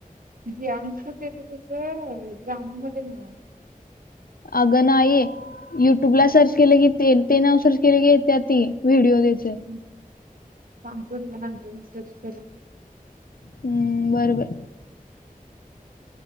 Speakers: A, on the right; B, on the left.
A: जियांग सु त्याचं ड्रामामध्ये नाव आहे.
B: अग नाही. युट्यूब ला सर्च केलं की ते नाव सर्च केले की येत्यात व्हिडिओ त्याचे
A: हूं सांगतो तुला नंतर मी सर्च करून.
B: हूं बरोबर!